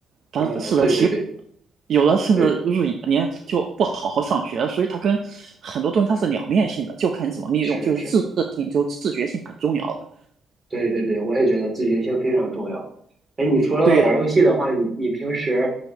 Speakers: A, on the right; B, on the right.
A: 他适得其。
B: 那对对对
A: 反。有的甚至入隐年就不好好上学，
B: 对，
A: 所以他跟很多东西它是两面性的，就看你怎么利用，
B: 是是，
A: 就是自制性，就自觉性很重要的。
B: 对对对，我也觉得自觉性非常重要。哎，你除了玩游戏的话，
A: 对的，
B: 你你平时